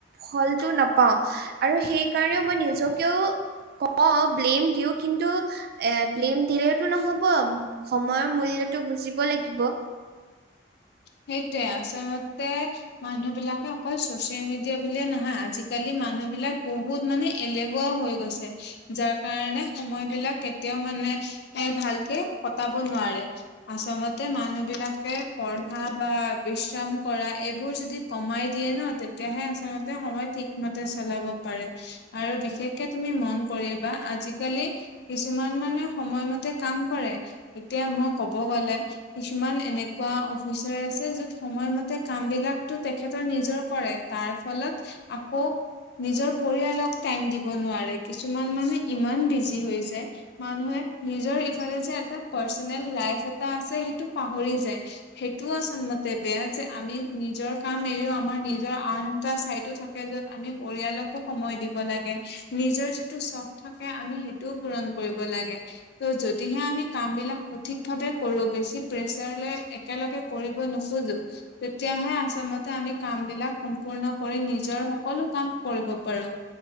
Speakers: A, on the right (about 55°); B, on the left (about 60°).
A: ফলটো নাপাওঁ আৰু সেইকাৰণেও মই নিজকেও ক‌ওঁ ব্লেম দিওঁ কিন্তু এ ব্লেম দিলেওতো নহব সময়ৰ মূল্যটো বুজিব লাগিব
B: সেইটোৱে আচলতে মানুহ বিলাকে অকল চচিয়েল মিডিয়া বুলিয়ে নহয় আজিকালি মানুহ বিলাক বহুত মানে এলেহুৱাও হৈ গৈছে যাৰ কাৰণে সময় বিলাক কেতিয়াও মানে এ ভালকে কটাব নোৱাৰে আচলমতে মানুহ বিলাকে পঢ়া বা বিশ্ৰাম কৰা এইবোৰ যদি কমাই দিয়ে নহয় তেতিয়াহে আচলতে সময় থিক মতে চলাব পাৰে আৰু বিশেষকে তুমি মন কৰিবা আজিকালি কিছুমান মানে সময়মতে কাম কৰে এতিয়া মই কব গ'লে কিছুমান এনেকুৱা অফিচ আছে য'ত সময়মতে কাম বিলাকতো তেখেতৰ নিজৰ কৰে তাৰ ফলত আকৌ নিজৰ পৰিয়ালক টাইম দিব নোৱাৰে কিছুমান মানে ইমান বিজি হৈ যায় মানুহে নিজৰ ইফালে যে এটা পাৰ্চনেল লাইফ এটা আছে সেইটো পাহৰি যায়, সেইট টোও আচলতে বেয়া যে আমি নিজৰ কাম এৰিও আমাৰ নিজৰ আন এটা চাইতো থাক কে য'ত আমি পৰিয়ালকো সময় দিব লাগে নিজৰ যিটো চখ থাকে আমি সেইট টোও পূৰণ কৰিব লাগে ত' যদিহে আমি কাম বিলাক স থিক ভাৱে কৰো বেছি প্ৰেছাৰলৈ একেলগে কৰিব নোখোজো তেতিয়াহে আচলতে আমি কাম বিলাক সম্পূৰ্ণ কৰি নিজৰ সকলো কাম কৰিব পাৰোঁ